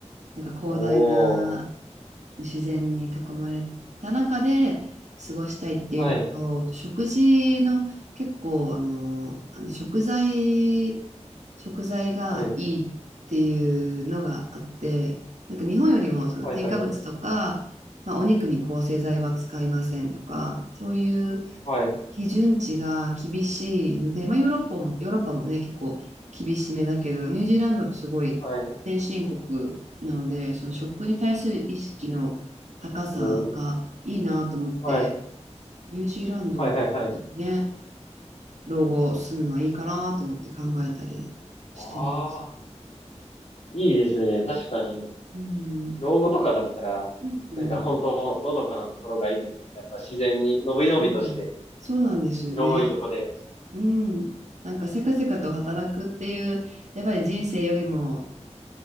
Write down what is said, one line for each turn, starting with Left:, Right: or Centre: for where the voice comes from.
Right: なんか広大な
Left: おー。
Right: 自然に囲まれた中で過ごしたいっていうのと、
Left: はい。
Right: 食事の結構、あの、あの食材、食材がいいっていうのがあって、
Left: はい。
Right: なんか日本よりもその添加物とか、
Left: はい。はい。はい。
Right: まあ、お肉に抗生剤は使いませんとか、そういう
Left: はい。
Right: 基準値が厳しいので、まあ、ヨーロッパも、ヨーロッパもね、結構厳しめだけど、ニュージーランドってすごい先進国なので、
Left: はい。
Right: その食に対する意識の高さがいいなと思って、
Left: おー。はい。
Right: ニュージーランドね、
Left: はい。はい。はい。
Right: 老後住むのはいいかなと思って考えたりしてます。
Left: ああ、いいですね。確かに、
Right: うん、
Left: 老後とかだったら、
Right: うん、
Left: なんか本当、のどかなところがいいですもんね。やっぱ自然に、のびのびとして、
Right: そう、そうなんですよね。
Left: 広いとこで。
Right: うん、なんかせかせかと働くっていう、やっぱり人生よりも、